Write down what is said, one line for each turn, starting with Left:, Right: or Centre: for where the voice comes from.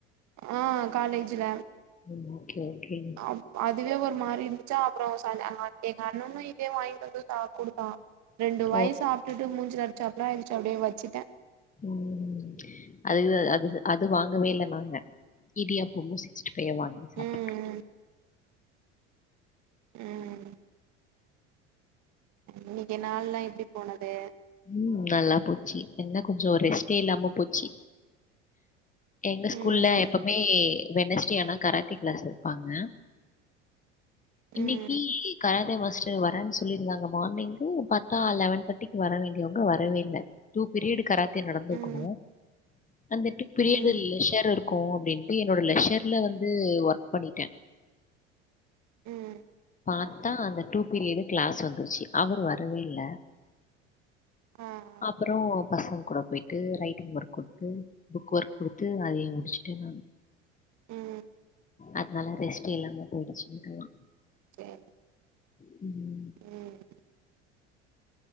Right: ஆ காலேஜ்ல
Left: ஆமா ஓகே ஓகே
Right: அப் அத் துவே ஒரு மாரி இருந்துச்சா அப்றோ சாயங்காலோ எங்கண்ணனு இதே வாய்ண்ட்டு ச வந்து குடுத்தா ரெண்டு வாய்
Left: ஓ
Right: சாப்ட்டுட்டு மூஞ்சில அடிச்சாப்ல இர்ந்ச்சு அப்டியே வெச்சிட்டே
Left: ம் அதுக்கு அது அது வாங்கவே இல்ல நாங்க இடியாப்பமு சிக்ஸ்டி ஃபையவு வாங்கி சாப்ட்டோ
Right: ம் ம் இன்னைக்கு நாள்லா எப்டி போனது
Left: ம் நல்லா போச்சு என்ன கொஞ்சோ ரெஸ்ட்டே இல்லாம போச்சி எங்க ஸ்கூல்ல
Right: ம்
Left: எப்பமே வெனஸ்டே ஆனா கராத்தே க்ளாஸ் வெப்பாங்க
Right: ம்
Left: இன்னைக்கி கராதே மாஸ்டர் வரேன் சொல்லிருந்தாங்க மார்னிங்கு பாத்தா லெவன் தேட்டிக்கு வர வேண் டியவங்க வரவே இல்ல டூ ப்ரியடு கராத்தே நடந்துருக்கணு
Right: ம்
Left: அன் தட்டு பிரிவெல்
Right: ம்
Left: லெஷர் இருக்கு அப்டின் ட்டு என்னோட லெஷர்ல வந்து ஒர்க் பண்ணிட்டே
Right: ம்
Left: பாத்தா அந்த டூ பீரியடு க்ளாஸ் வந்துருச்சு அவரு வரவே இல்ல
Right: அ
Left: அப்பறோ பசங்க கூட போய்ட்டு ரைட்டிங் ஒர்க் குடுத்து புக் ஒர்க் குடுத்து அதையு முடிச்சுட்டே நானு
Right: ம்
Left: அதனால ரெஸ்ட்டே இல்லாம போய்டுச்சு <unintelligible>
Right: சேரி
Left: ம்
Right: ம்